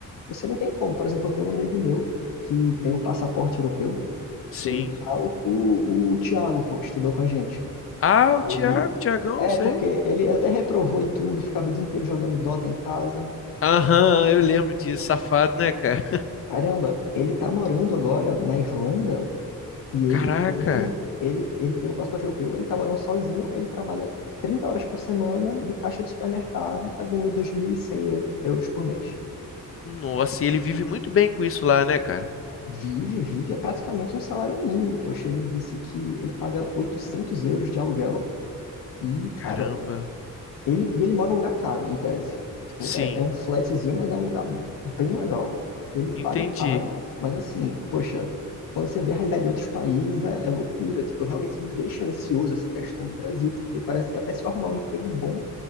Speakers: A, on the left; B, on the left.
A: você não tem como. Por exemplo, eu tenho um amigo meu que tem o passaporte europeu,
B: sim.
A: que ele tá, o, o, o Thiago, pô, que estudou com a gente.
B: Ah, o
A: Ele.
B: Thiago, Thiagão,
A: É,
B: sei.
A: porque ele até reprovou e tudo, ficava o dia inteiro jogando Dota em casa.
B: Aham, eu lembro disso, safado, né, cara?
A: Caramba, ele tá morando agora na Irlanda e ele
B: Caraca,
A: tem. Ele, ele tem o passaporte europeu, ele tá morando sozinho, ele trabalha 30 horas por semana de caixa de supermercado e tá ganhando 2.100 euros por mês.
B: nossa, e ele vive muito bem com isso lá, né, cara?
A: Vive, vive, é praticamente um salário mínimo, poxa, ele disse que ele paga 800 euros de aluguel e, cara,
B: Caramba,
A: ele, e ele mora num lugar caro, em tese. Tipo,
B: sim,
A: é, é um flatzinho, mas é um lugar bem legal. Ele paga
B: entendi,
A: caro, mas assim, poxa, quando você vê a realidade de outros países, é, é loucura. Tipo, realmente me deixa ansioso essa questão do Brasil, porque parece que até se eu arrumar um emprego bom,